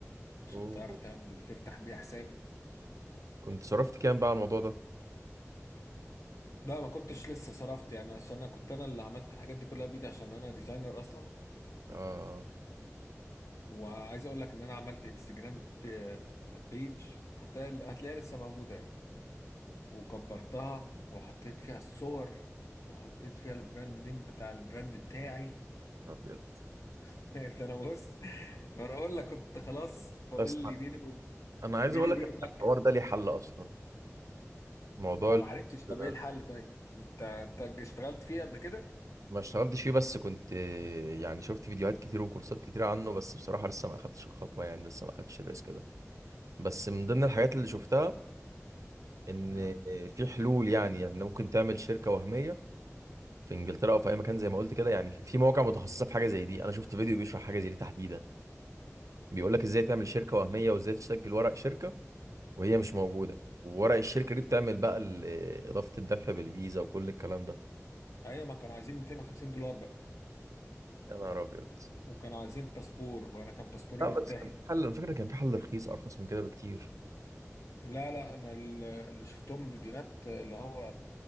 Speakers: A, on the left; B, on the right.
A: عشان
B: أوه.
A: تعرف تعمل تفتح بيها حساب
B: كنت صرفت كام بقى على الموضوع ده
A: لا ما كنتش لسه صرفت يعني عشان انا كنت انا اللي عملت الحاجات دي كلها بايدي عشان انا ديزاينر اصلا
B: اه
A: وعايز اقول لك ان انا عملت انستجرام بيج حتى هتلاقيها لسه موجودة يعني وكبرتها وحطيت فيها الصور وحطيت فيها البراند نيم بتاع البراند بتاعي
B: ابيض
A: <laughs> ده انا بص ما انا اقول لك كنت خلاص فاضل
B: بس
A: لي بيني و...
B: انا عايز
A: بيني
B: اقول
A: وبينه
B: لك إن الحوار
A: فكه
B: ده ليه حل اصلا موضوع
A: ما انا
B: ال-
A: ما عرفتش طب
B: ده
A: ايه الحل طيب انت انت اشتغلت فيه قبل كده
B: ما اشتغلتش فيه بس كنت يعني شفت فيديوهات كتير وكورسات كتير عنه بس بصراحة لسه ما اخدتش الخطوة يعني لسه ما اخدتش الريسك ده بس من ضمن الحاجات اللي شفتها ان
A: اه
B: في حلول يعني يعني ممكن تعمل شركه وهميه في انجلترا او في اي مكان زي ما قلت كده يعني في مواقع متخصصه في حاجه زي دي انا شفت فيديو بيشرح حاجه زي دي تحديدا بيقول لك ازاي تعمل شركه وهميه وازاي تسجل ورق شركه وهي مش موجوده وورق الشركه دي بتعمل بقى ال- آه، اضافه الدفع بالفيزا وكل الكلام ده
A: ايوه ما كانوا عايزين 250 دولار بقى
B: يا نهار ابيض
A: وكانوا عايزين باسبور وانا كان باسبوري
B: لا
A: منتهي
B: بس كان في حل الفكره كان في حل رخيص ارخص من كده بكتير
A: لا لا انا ال- اللي شفتهم فيديوهات اللي هو